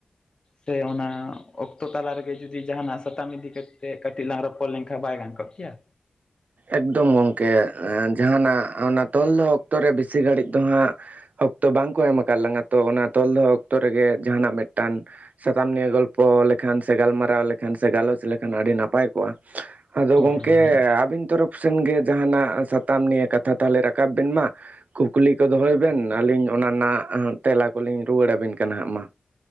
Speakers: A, on the left (about 30°); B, on the right (about 65°).
A: ᱥᱮ ᱚᱱᱟ ᱚᱠᱛᱚ ᱛᱟᱞᱟ ᱨᱮᱜᱮ ᱡᱩᱫᱤ ᱡᱟᱦᱱᱟᱜᱼᱟᱼᱼ ᱥᱟᱛᱟᱢ ᱤᱫᱤ ᱠᱟᱛᱮᱫ ᱠᱟᱹᱴᱤᱡ ᱞᱟᱝ ᱨᱚᱯᱚᱲ ᱞᱮᱱᱠᱷᱟᱱ ᱵᱟᱭ ᱜᱟᱱ ᱠᱚᱜ ᱠᱮᱭᱟ᱾
B: ᱮᱠᱫᱚᱢ ᱜᱚᱢᱠᱮ ᱡᱟᱦᱟᱱᱟᱜ ᱚᱱᱟ ᱛᱚᱞ ᱫᱚᱦᱚ ᱚᱠᱛᱚ ᱨᱮ ᱵᱮᱥᱤ ᱜᱷᱟᱹᱲᱤᱡ ᱫᱚ ᱦᱟᱸᱜᱼᱼ ᱚᱠᱛᱚ ᱵᱟᱝᱠᱚ ᱮᱢ ᱟᱠᱟᱫ ᱞᱟᱸᱜᱟ ᱛᱚ ᱚᱱᱟ ᱛᱚᱞ ᱫᱚᱦᱚ ᱚᱠᱛᱚ ᱨᱮᱜᱮ ᱡᱟᱦᱟᱱᱟᱜ ᱢᱤᱫᱴᱟᱝᱼᱼ ᱥᱟᱛᱟᱢ ᱱᱤᱭᱮ ᱜᱚᱞᱯᱚ ᱞᱮᱠᱷᱟᱱ ᱥᱮ ᱜᱟᱞᱢᱟᱨᱟᱣ ᱞᱮᱠᱷᱟᱱ ᱥᱮ ᱜᱟᱞᱚᱪ ᱞᱮᱠᱷᱟᱱ ᱟᱹᱰᱤ ᱱᱟᱯᱟᱭ ᱠᱚᱜᱼᱟ᱾ ᱟᱫᱚ
A: ᱦᱳᱭ
B: ᱜᱚᱢᱠᱮᱼᱼ
A: ᱦᱳᱭ ᱦᱳᱭ
B: ᱟᱹᱵᱤᱱ ᱛᱚᱨᱚᱯᱷ ᱥᱮᱱ ᱜᱮ ᱡᱟᱦᱟᱱᱟᱜ ᱥᱟᱛᱟᱢ ᱱᱤᱭᱮ ᱠᱟᱛᱷᱟ ᱛᱟᱦᱚᱞᱮ ᱨᱟᱠᱟᱵ ᱵᱮᱱ ᱢᱟ? ᱠᱩᱠᱞᱤ ᱠᱚ ᱫᱚᱦᱚᱭ ᱵᱮᱱ ᱟᱹᱞᱤᱧ ᱚᱱᱟ ᱨᱮᱱᱟᱜ ᱛᱮᱞᱟ ᱠᱚᱞᱤᱧ ᱨᱩᱣᱟᱹᱲ ᱟᱵᱮᱱ ᱠᱟᱱᱟ ᱦᱟᱸᱜ ᱢᱟ?